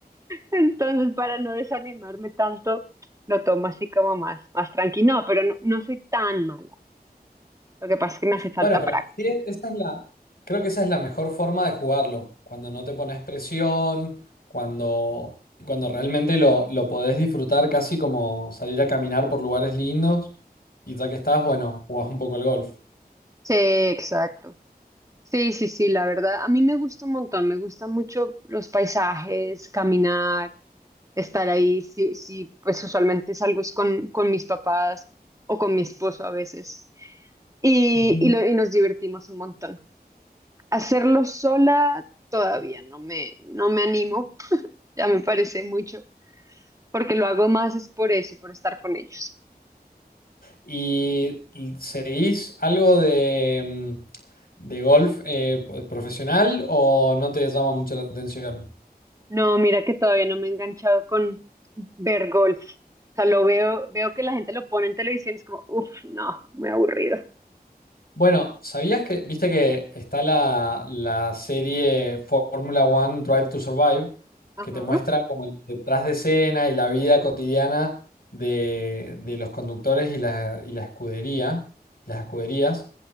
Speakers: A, on the right; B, on the left.
A: Entonces, para no desanimarme tanto, lo tomo así como más, más tranquilo. No, pero no, no soy tan mala. Lo que pasa es que me hace falta
B: Bueno, pero
A: práctica.
B: sí, esa es la, creo que esa es la mejor forma de jugarlo, cuando no te pones presión, cuando, cuando realmente lo, lo podés disfrutar casi como salir a caminar por lugares lindos y ya que estás, bueno, jugás un poco al golf.
A: Sí, exacto. Sí, sí, sí, la verdad, a mí me gusta un montón, me gustan mucho los paisajes, caminar, estar ahí, sí, sí, pues usualmente salgo es con, con mis papás o con mi esposo a veces y,
B: Ujú.
A: y, lo- y nos divertimos un montón. Hacerlo sola todavía no me, no me animo, ya me parece mucho, porque lo hago más es por eso, por estar con ellos.
B: ¿Y y seguís algo de, mm, de golf eh, profesional o no te llama mucho la atención?
A: No, mira que todavía no me he enganchado con ver golf. O sea, lo veo, veo que la gente lo pone en televisión y es como, uff, no, muy aburrido.
B: Bueno, ¿sabías que, viste que está la, la serie Fórmula One Drive to Survive,
A: Ajá.
B: que te muestra como el detrás de escena y la vida cotidiana de, de los conductores y la, y la escudería, las escuderías?